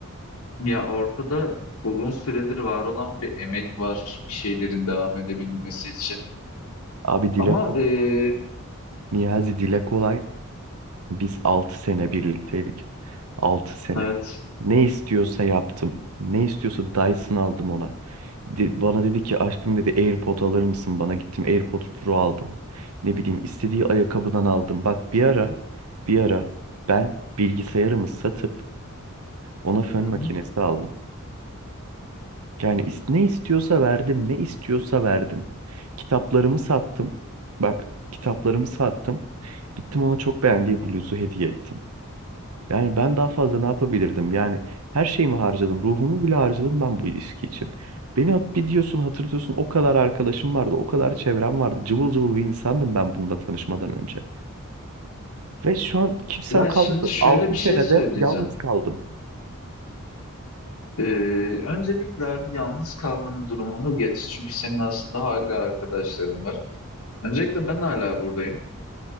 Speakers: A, on the left; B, on the right.
A: ya ortada uzun süredir var olan bir emek var bir şeylerin devam edebilmesi için.
B: Abi dile
A: Ama
B: kolay.
A: eee,
B: Niyazi dile kolay. Biz 6 sene birlikteydik. Altı sene.
A: evet.
B: Ne istiyorsa yaptım. Ne istiyorsa Dyson aldım ona. De- bana dedi ki aşkım dedi AirPod alır mısın bana? Gittim AirPod Pro aldım. Ne bileyim istediği ayakkabıdan aldım. Bak bir ara bir ara ben bilgisayarımı satıp ona fön
A: Hı
B: makinesi
A: hı.
B: aldım. Yani is- ne istiyorsa verdim, ne istiyorsa verdim. Kitaplarımı sattım. Bak kitaplarımı sattım. Gittim ona çok beğendiği bluzu hediye ettim. Yani ben daha fazla ne yapabilirdim? Yani her şeyimi harcadım. Ruhumu bile harcadım ben bu ilişki için. Beni hat bir diyorsun hatırlıyorsun o kadar arkadaşım vardı. O kadar çevrem vardı. Cıvıl cıvıl bir insandım ben bununla tanışmadan önce. Ve şu an kimsem
A: Ya
B: kalmadı.
A: şimdi şöyle
B: 6
A: bir
B: senede
A: şey söyleyeceğim.
B: yalnız kaldım.
A: Eee, öncelikle abi yalnız kaldığım durumunu geç. Çünkü senin aslında hala arkadaşların var. Öncelikle ben hala buradayım.